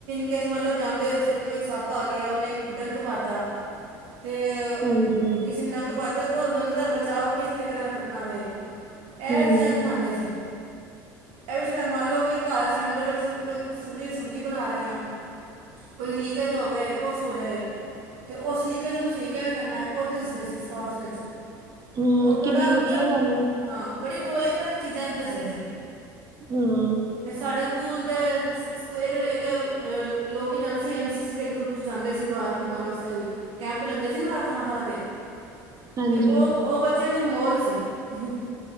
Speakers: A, on the right; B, on the right.
A: ਕਿ ਮਾਣ ਲੋ ਜਾਂਦੇ ਹੋਏ ਰਸਤੇ ਚ ਕੋਈ ਸੱਪ ਆ ਗਿਆ ਉਹਨੇ ਡੰਕ ਮਾਰਤਾ, ਤੇ
B: ਹਾਂਜੀ
A: ਕਿਸੇ ਨੇ <unintelligible> ਉਸ ਬੰਦੇ ਦਾ ਬਚਾਅ ਕਿਸ ਤਰੀਕੇ ਨਾਲ ਕਰਨਾ ਹੋਵੇ। ਇਹ
B: ਹੂੰ
A: ਚੀਜ਼ਾਂ ਦਿਖਾਦੇ ਸੀ ਇਹ ਵੀ ਮੰਨ ਲਓ ਕਿ ਘਰ ਸਿਲੰਡਰ ਜਦੋਂ ਕੋਈ ਸਬਜ਼ੀ ਸੁਬਜ਼ੀ ਬਣਾ ਰਹੇ ਹਾਂ। <unintelligible> ਹੋਵੇ ਕੁਛ ਹੋ ਜਾਏ ਤੇ ਉਸ ਲੀਕੇਜ ਨੂੰ ਸਹੀ ਕਿਵੇਂ ਕਰਨਾ, ਉਹ ਦਿਸਦੇ ਸੀ ਸਕਊਟ ਵਿੱਚ
B: ਹੂੰ,
A: ਉਹ
B: ਕਿੰਨੀ
A: ਬੜਾ ਮਤਲਬ
B: ਵਧੀਆ ਗੱਲ ਆ।
A: ਹਾਂ ਬੜੀ ਨੋਲੇਜ ਵਾਲੀਆਂ ਚੀਜ਼ਾਂ ਦੱਸਦੇ ਸੀ।
B: ਹਾਂ
A: ਤੇ ਸਾਡੇ ਸਕੂਲ ਦੇ, <unintelligible> ਅਹ ਲੋਕ ਜਾਂਦੇ ਸੀ ਐਨ ਸੀ ਸੀ ਦੇ ਗਰੁੱਪ ਚ ਜਾਂਦੇ ਸੀ ਬਾਰ ਘੁੰਮਣ ਵਾਸਤੇ ਵੀ ਕੈਂਪ ਲੱਗਦੇ ਸੀ ਨਾ ਥਾਂ ਥਾਂ ਤੇ
B: ਹਾਂਜੀ
A: ਤੇ ਉਹ ਉਹ ਬੱਚਿਆਂ ਦੀ ਮੌਜ, <unintelligible>